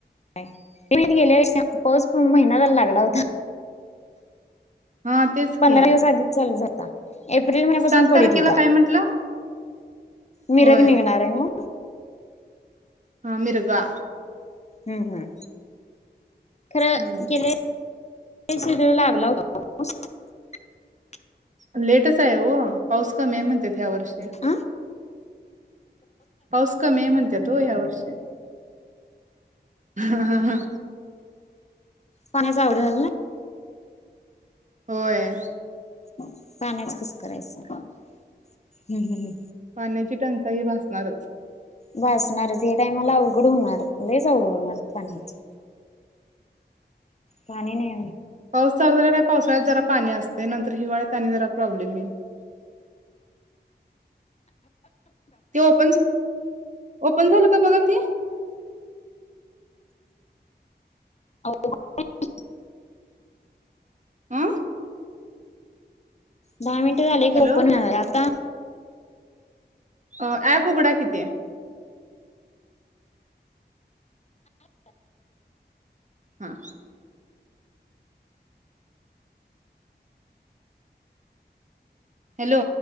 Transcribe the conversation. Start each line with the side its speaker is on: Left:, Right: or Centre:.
Left: मे महिन्यात गेल्यावर्षा पाऊस पण महिना झाला लागला होता.
Right: हा तेच
Left: पंधरा
Right: की
Left: दिवस आधीच चालू झाल ता एप्रिल महिन्यापासून
Right: सात
Left: पडीत
Right: तारखेला
Left: होता.
Right: काय म्हंटला
Left: मिरग
Right: होय
Left: निघणार हाय न
Right: हा मिरगा.
Left: हम्म हम्म. खरं
Right: हम्म.
Left: गेल्या पैसे देऊ लागला हो <unintelligible>
Right: लेटच आहे हो, पाऊस कमी आहे म्हणत्यात. ह्या वर्षी
Left: होता
Right: पाऊस कमीय म्हणत्यात ओ ह्या वर्षी. हा हा हा.
Left: पाण्याच आवड झालं न्ना.
Right: होय.
Left: पाण्याचं कस करायचं हुं हुं हुं.
Right: पाण्याची टंचाई भासणारच.
Left: भासणारच य टायमला अवघड होणार लईच अवघड होणार पाण्याच पाणी नै
Right: पाऊस चालू झाल्या पावसाळ्यात जरा पाणी असतय नंतर हिवाळ्यात आणि जरा प्रॉब्लेम येईल. त्यो ओपन ओपन झालं का बघा ती.
Left: आव <unintelligible>
Right: अ
Left: दहा मिनटं झाले खरं
Right: हॅलो
Left: ओपन व्हायलय आता?
Right: अ ॲप उघडा की ते. हा. हॅलो.